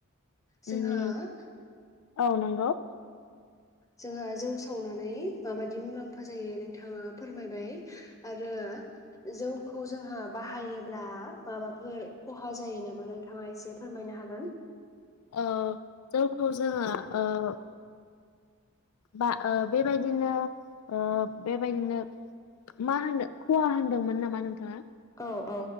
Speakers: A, on the left (about 15°); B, on the left (about 80°).
A: जोंहा
B: उम औ नंगौ।
A: जोंहा जौ सावनानै माबायदि मुलाम्फा जायो नोंथाङा फोरमायबाय आरो जौखौ जोंहा बाहायोब्ला माबाफोर खहा जायो नामा नोंथाङा एसे फोरमायनो हागोन?
B: ओ जोंखौ जोङो ओ बा बेबायदिनो ओ बेबायदिनो मा होनो खहा होनदोंमोन नामा नोंथाङा?
A: औ औ